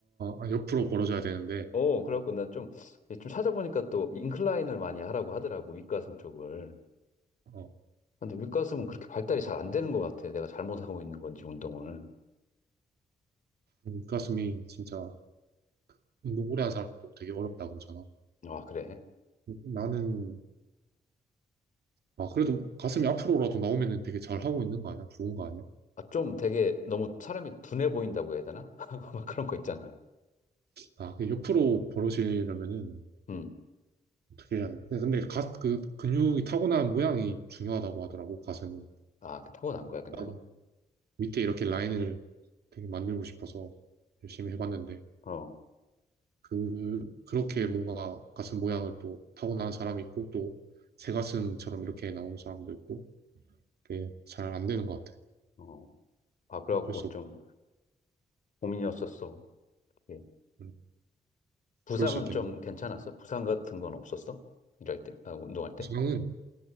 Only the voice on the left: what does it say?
어, 그래갖고 난 좀, 좀 찾아보니까 또 인클라인을 많이 하라고 하더라고, 윗가슴 쪽을.
근데 윗가슴은 그렇게 발달이 잘 안 되는 것 같아. 내가 잘못하고 있는 건지, 운동을.
아, 그래?
아, 좀 되게 너무 사람이 둔해 보인다고 해야 되나? <laughs> 막 그런 거 있잖아.
음.
아, 그 타고난 거야, 그냥.
어,
어. 아, 그래갖고
좀 고민이었었어. 예.
부상은
좀 괜찮았어? 부상 같은 건 없었어? 일할 때? 아, 운동할 때?